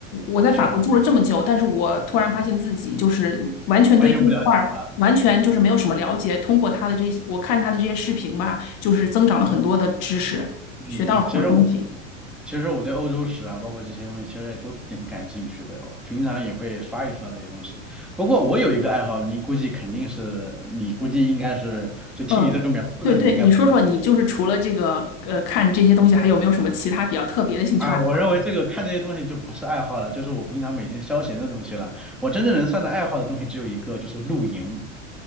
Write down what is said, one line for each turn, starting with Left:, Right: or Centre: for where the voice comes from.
Left: 我在法国住了这么久，
Centre: 是
Left: 但是我突然发现自己就是完全对这一块儿完全就是没有什么了解。
Centre: 完全不了解。是吧？
Left: 通过他的这些，我看他的这些视频吧，就是增长了很多的知识，
Centre: 嗯嗯，
Left: 学到了很多东西。
Centre: 其实我其实我对欧洲史啊，包括这些东西，其实也都挺感兴趣的哦平常也会刷一刷这些东西。不过我有一个爱好，你估计肯定是，你估计应该是，就听你这个描述呢，
Left: 嗯，对对，
Centre: 你应该不会是脸
Left: 你说说，你就是除了这个呃看这些东西，还有没有什么其他比较特别的兴趣爱
Centre: 啊。我认为这个看这些东西就不是爱好了，就是我平常每天消闲的东西了。我真正能算的爱好的东西只有一个，就是露营。